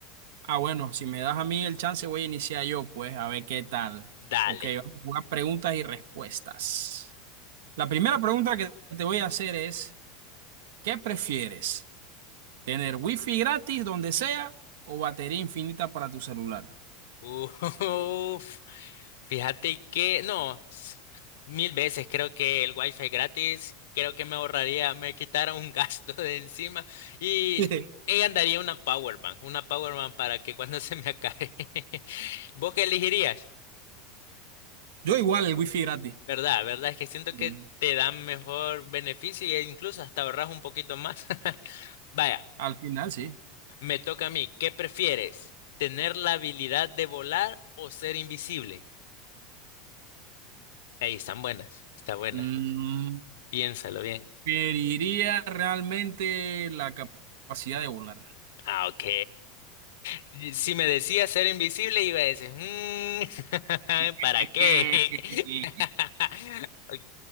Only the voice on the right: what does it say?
Ah, bueno, si me das a mí el chance, voy a iniciar yo, pues, a ver qué tal.
Ok, vamos a jugar preguntas y respuestas. La primera pregunta que te voy a hacer es, ¿qué prefieres? ¿Tener wifi gratis donde sea o batería infinita para tu celular?
<laughs>
Yo igual el wifi gratis.
Sí.
Al final, sí.
Ujú.
preferiría realmente la capacidad de volar.
<laughs>